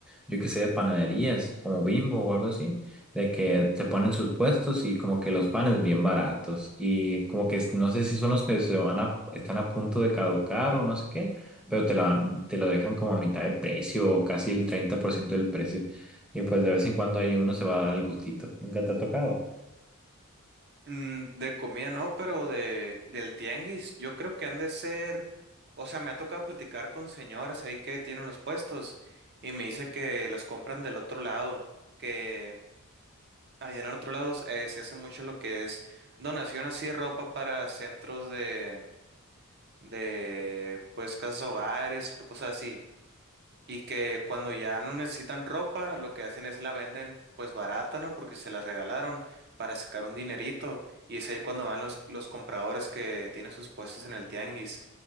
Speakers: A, in the centre; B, on the right.
A: yo qué sé, de panaderías, como Bimbo o algo así, de que te ponen sus puestos y como que los panes bien baratos y como que es- no sé si son los que se van a, están a punto de caducar o no sé qué pero te lo, dan- te lo dejan como a mitad de precio o casi el 30% del precio. Y pues de vez en cuando ahí uno se va a dar el gustito. Nunca te ha tocado.
B: Mm, de comida no, pero de, del tianguis, yo creo que han de ser, o sea, me ha tocado platicar con señoras ahí que tienen los puestos y me dice que las compran del otro lado, que allá en el otro lado eh, se hace mucho lo que es donación así de ropa para centros de, de, pues, casas hogares o cosas así. Y que cuando ya no necesitan ropa, lo que hacen es la venden pues barata, ¿no? Porque se la regalaron para sacar un dinerito. Y es ahí cuando van los, los compradores que tienen sus puestos en el tianguis,